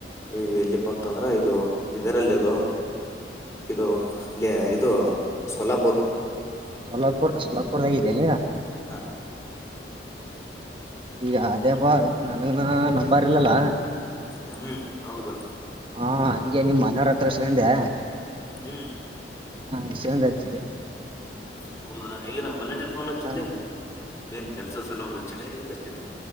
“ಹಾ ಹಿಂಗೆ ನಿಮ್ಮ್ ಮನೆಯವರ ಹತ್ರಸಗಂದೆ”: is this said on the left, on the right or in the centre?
Right